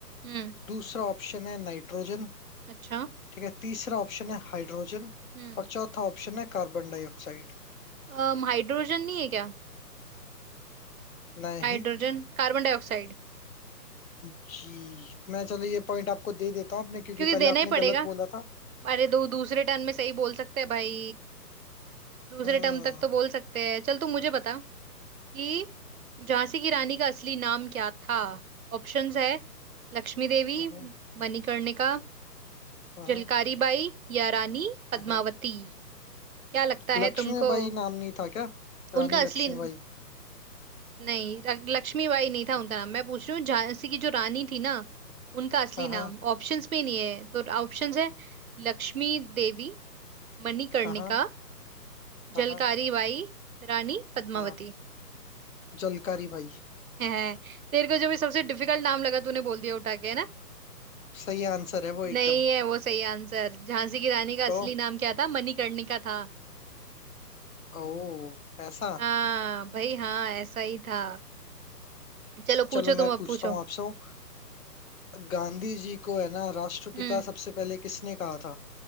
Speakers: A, on the right; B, on the left.
A: हम्म
B: दूसरा ऑप्शन है नाइट्रोजन
A: अच्छा
B: ठीक है तीसरा ऑप्शन है हाइड्रोजन
A: हम्म
B: और चौथा ऑप्शन है कार्बन डाइऑक्साइड
A: अम हाइड्रोजन नहीं है क्या
B: नहीं
A: Hydrogen carbon dioxide
B: जी मैं चलो ये पॉइंट आपको दे देता हूँ आपने क्योंकि
A: क्योंकि
B: पहले
A: देना
B: आपने
A: ही पड़ेगा
B: गलत बोला था
A: अरे दो दूसरे टर्म में सही बोल सकते हैं भाई दूसरे
B: हम्म
A: टर्म तक तो बोल सकते हैं चल तू मुझे बता कि झांसी की रानी का असली नाम क्या था ऑप्शंस है लक्ष्मी देवी
B: हाँ
A: मणिकर्णिका
B: हाँ
A: झलकारी बाई या रानी पद्मावती
B: हाँ
A: क्या लगता
B: लक्ष्मीबाई
A: है तुमको
B: नाम नहीं था क्या रानी
A: उनका असली
B: लक्ष्मीबाई
A: नहीं र- लक्ष्मीबाई नहीं था उनका नाम मैं पूछ रही हूँ झांसी की जो रानी थी ना उनका असली
B: हाँ हाँ
A: नाम ऑप्शंस में नहीं है तो ऑप्शंस है लक्ष्मी देवी मणिकर्णिका
B: हाँ हाँ
A: जलकारी
B: हाँ
A: बाई रानी पद्मावती
B: हाँ जलकारी भाई
A: है तेरे को जो भी सबसे डिफिकल्ट नाम लगा तूने बोल दिया उठा के है ना
B: सही आंसर है वो एकदम
A: नहीं है वो सही आंसर झांसी की रानी का असली
B: तो
A: नाम क्या था मणिकर्णिका था
B: ओ ऐसा
A: हाँ भाई हाँ ऐसा ही था चलो
B: चलो
A: पूछो
B: मैं
A: तुम अब
B: पूछता
A: पूछो
B: हूँ आपसे अ, गांधी जी को है ना राष्ट्रपिता
A: हम्म
B: सबसे पहले किसने कहा था